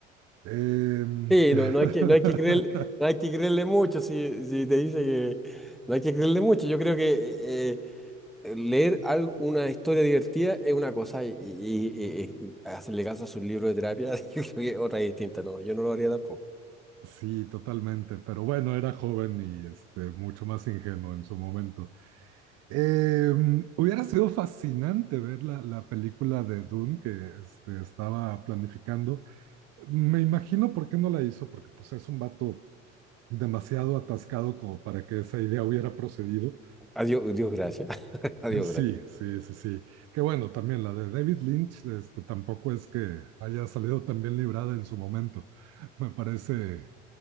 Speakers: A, on the right; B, in the centre.
A: Em,
B: Sí,
A: <laughs>
B: no, no hay que, no hay que creer, no hay que creerle mucho si, si te dice que no hay que creerle mucho. Yo creo que eh, eh, leer algo, una historia divertida es una cosa y, y- y- y hacerle caso a sus libros de terapia <laughs> yo creo que es otra distinta. No, yo no lo haría tampoco.
A: Sí, totalmente, pero bueno, era joven y este, mucho más ingenuo en su momento. Eh, hubiera sido fascinante ver la, la película de Dune que este, estaba planificando. Me imagino por qué no la hizo, porque pues es un vato demasiado atascado como para que esa idea hubiera procedido.
B: Adiós, Dios gracias. <laughs> Adiós
A: <laughs> Sí,
B: gracias.
A: sí, sí, sí. Que bueno, también la de David Lynch, este, tampoco es que haya salido tan bien librada en su momento. Me parece